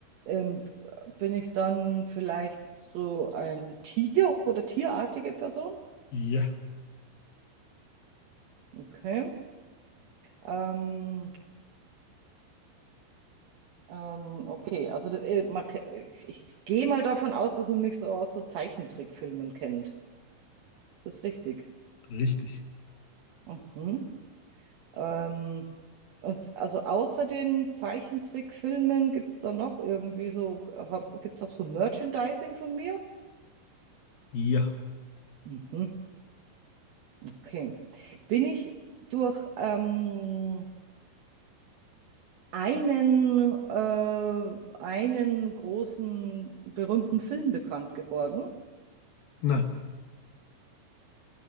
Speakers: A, on the right (about 60°); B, on the left (about 65°).
A: Ähm, bin ich dann vielleicht so ein Tier oder tierartige Person?
B: Ja.
A: Okay. Ähm, ähm, okay, also das, äh, man, ke- ich gehe mal davon aus, dass man mich so aus so Zeichentrickfilmen kennt. Ist das richtig?
B: Richtig.
A: Mhm. Ähm, und also außer den Zeichentrickfilmen gibt es da noch irgendwie so, gibt es auch so Merchandising von mir?
B: Ja.
A: Mhm, okay. Bin ich durch ähm, einen, äh, einen großen berühmten Film bekannt geworden?
B: Nein.